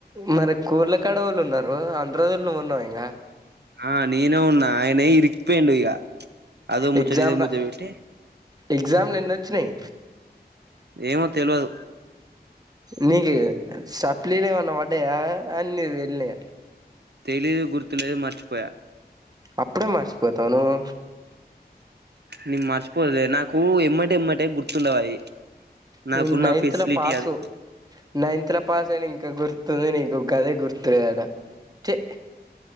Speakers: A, on the right; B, on the right.
A: మరి కూళ్ళ కడవలు ఉన్నారు అండ్రోజులు నువ్వున్నావు ఇంగా
B: ఆ నేనే ఉన్నా ఆయన ఇరికిపోయిండు ఇగ అదో ముచ్చట
A: ఎగ్జామ్
B: ఇదో ముచ్చట
A: రా
B: పెట్టి
A: ఎగ్జామ్లో ఎన్నొచ్చినాయి
B: ఏమో తెల్వదు
A: నీ సప్లీలేవన్న పడయా అన్ని వీన్లే
B: తెలీదు గుర్తులేదు మర్చిపోయా
A: అప్పుడే మర్చిపోతావ నువ్వు
B: నేను మర్చిపోలే నాకు ఎమ్మటి ఎమ్మటే గుర్తుండవు అయి నాకున్న
A: నేన్ నైన్త్
B: ఫెసిలిటీ
A: లో పాసు
B: అది
A: నైన్త్ లో పాస్ అయిన ఇంకా గుర్తుంది నీకు గదే గుర్తులేదట ఛీ